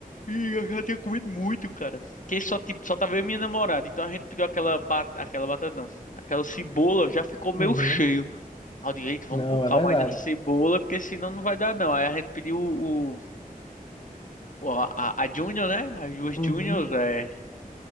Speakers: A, on the left; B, on the left.
A: Ih, Eu já tinha comido muito, cara. Que só, tipo, só tava eu e minha namorada. Então a gente pediu aquela batata, aquela batata não. Aquela cebola já ficou
B: Uhum.
A: meio cheio. ao direito vamos
B: Não,
A: com calma
B: é verdade.
A: aí nessa cebola, porque senão não vai dar não. Aí a gente pediu o, o- a, a a Junior, né? As duas
B: Uhum.
A: Juniors, é,